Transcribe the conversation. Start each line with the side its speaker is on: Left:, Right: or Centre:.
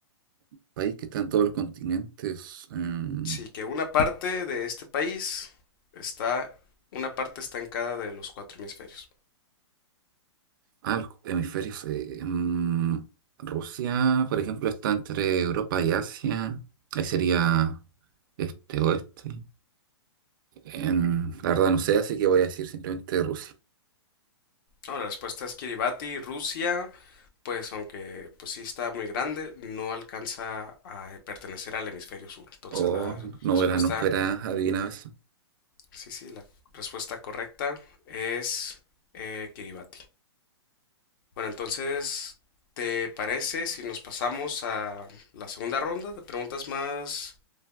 Right: país que está en todos los continentes. em,
Left: Sí, que una parte de este país está. Una parte está en cada de los cuatro hemisferios.
Right: Ah, los hemisferios. eh, mm, Rusia, por ejemplo, está entre Europa y Asia. Ahí sería este oeste. En- la verdad no sé, así que voy a decir simplemente Rusia.
Left: No, la respuesta es Kiribati, Rusia. Pues aunque pues sí está muy grande, no alcanza a eh, pertenecer al hemisferio sur. Entonces
Right: O
Left: la
Right: no
Left: respuesta,
Right: verás, nunca verás adivinado eso.
Left: sí, sí, la respuesta correcta es eh, Kiribati. Bueno, entonces, ¿te parece si nos pasamos a la segunda ronda de preguntas más,